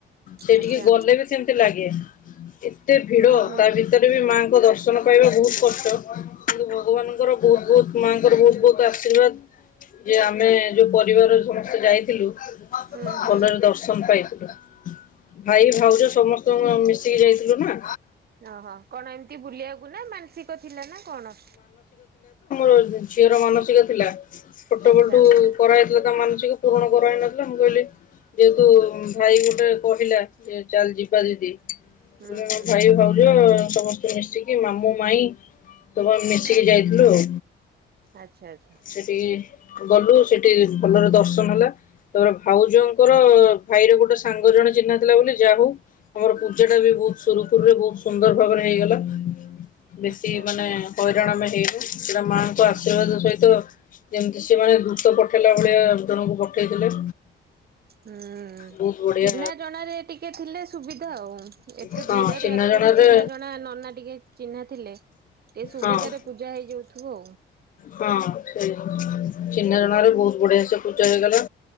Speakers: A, on the left (about 45°); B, on the right (about 50°).
A: ସେଠିକେ
B: ଆଚ୍ଛା
A: ଗଲେ ବି ସେମିତି ଲାଗେ <inaudible> ଏତେ ଭିଡ଼
B: ହୁଁ ହୁଁ।
A: ତା ଭିତ ମାଙ୍କ ଦର୍ଶନ ପାଇବା ବହୁତ କଷ୍ଟ। କିନ୍ତୁ ଭଗବାନଙ୍କର ବହୁତ ବହୁତ ମାଆଙ୍କର ବହୁତ ବହୁତ ଓ ଆଶୀର୍ବାଦ ଯେ ଆମେ ଯୋଉ ପରିବାରର ସମସ୍ତେ ଯାଇଥିଲୁ
B: ହୁଁ ହୁଁ
A: ଭଲରେ ଦର୍ଶନ ପାଇଥିଲୁ। ହ <inaudible> ଭାଇ ଭାଉଜ ସମସ୍ତଙ୍କୁ ଆଉ ମିଶ ଶିକି ଯାଇଥିଲୁ ନା
B: ଓ ହୋ। କଣ ଏମିତି ବୁଲିବାକୁ ନା ମାନସିକ ଥିଲା ନା କଣ?
A: ମୋ ଝି-ଝିଅର ମାନସିକ ଥିଲା। ଛୋଟ
B: ଆଚ୍ଛା
A: ବଳଠୁ କରାହେଇଥିଲା ତା ମାନସିକ। ପୂରଣ କରାହେଇ ନଥିଲା, ମୁଁ କହିଲି ଯେହେତୁ ଭାଇ ଗୋଟେ କହିଲା ଯେ ଚାଲ ଯିବା ଦିଦି
B: ହୁଁ
A: ତୁମେ
B: ହୁଁ
A: ମୋ ଭାଇ ଭାଉଜ ସମସ୍ତେ ମିଶିକି ମାମୁ ମାଇଁ ତବ ଆମେ
B: ହୁଁ
A: ମିଶିକି ଯାଇଥିଲୁ ଆଉ।
B: ଆଚ୍ଛା ଆଚ୍ଛା।
A: ସେଠିକି ଗଲୁ ସେଟି ଭଲରେ ଦର୍ଶନ ହେଲା। ତୋର ଭାଉଜଙ୍କର ଭାଇର ଗୋଟେ ସାଙ୍ଗ ଜଣେ ଚିହ୍ନା ଥିଲା ବୋଲି, ଯାହା ହଉ ଆମର ପୂଜା ଟା ବି ବହୁତ ସୁରୁଖୁରୁ ରେ ବହୁତ ସୁନ୍ଦର ଭାବରେ ହେଇଗଲା। ବେଶୀ
B: ଆଚ୍ଛା
A: ମାନେ ହଇରାଣ ଆମେ ହେଇନୁ। ସେଟା ମାଆଙ୍କ
B: ହୁଁ
A: ଆଶୀର୍ବାଦ
B: ହୁଁ ହୁଁ।
A: ସହିତ ଯେମିତି ସେମାନେ ଦୃତ ପଠେଇଲା ଭଳିଆ ଜଣକୁ ପଠେଇଥିଲେ।
B: ହୁଁ
A: ବହୁତ ବଢିଆ
B: ଚିହ୍ନା ଜଣାରେ ଟିକେ ଥିଲେ ସୁବିଧା ଆଉ, ଏତେ
A: ହଁ
B: ଭିଡରେ
A: ଚିହ୍ନା
B: ଆକ୍ଚୁଲି
A: ଜଣାରେ
B: ଚିହ୍ନା ଜଣା ଏ ନନା ଟିକେ ଚିହ୍ନା ଥିଲେ ଟିକେ ସୁବିଧାରେ
A: ହଁ
B: ପୂଜା ହେଇଯାଉଥୁବ।
A: ହଁ ସେଇ ଚିହ୍ନା ଜଣାରେ ବହୁତ ବଢିଆ ସେ ପୁଜା ଜାଗାର